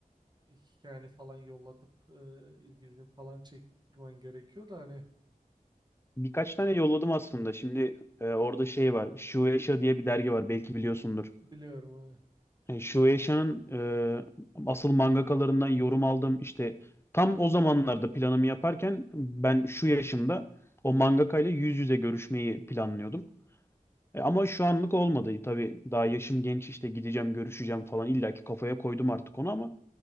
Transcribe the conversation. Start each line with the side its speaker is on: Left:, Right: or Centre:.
Right: hikayeni falan yollatıp e, ilgilini falan çektirmen gerekiyor da hani
Left: Birkaç tane yolladım aslında. Şimdi e, orada şey var. Shueisha diye bir dergi var. Belki biliyorsundur.
Right: biliyorum. hani.
Left: E, Shueisha'nın e, asıl mangakalarından yorum aldım. İşte tam o zamanlarda planımı yaparken ben şu yaşımda o mangakayla yüz yüze görüşmeyi planlıyordum. E, ama şu anlık olmadı tabii. Daha yaşım genç işte gideceğim, görüşeceğim falan. illa ki kafaya koydum artık onu ama